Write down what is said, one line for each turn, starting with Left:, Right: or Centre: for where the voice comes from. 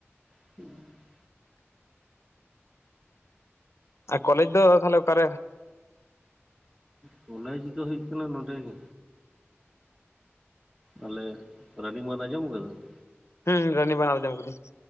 Right: ᱦᱩᱸ ᱾
Left: ᱟᱨ ᱠᱚᱞᱮᱡᱽ ᱫᱚ ᱛᱟᱦᱚᱞᱮ ᱚᱠᱟᱨᱮ?
Right: ᱠᱚᱞᱮᱡᱽ ᱫᱚ ᱦᱩᱭᱩᱜ ᱠᱟᱱᱟ ᱱᱚᱸᱰᱮ ᱜᱮ ᱟᱞᱮ ᱨᱟᱱᱤᱵᱟᱸᱫ ᱟᱸᱡᱚᱢ ᱟᱠᱟᱫᱟ ᱾
Left: ᱦᱩᱸ ᱨᱟᱱᱤᱵᱟᱸᱫ ᱟᱸᱡᱚᱢ ᱟᱠᱟᱫᱤᱧ ᱾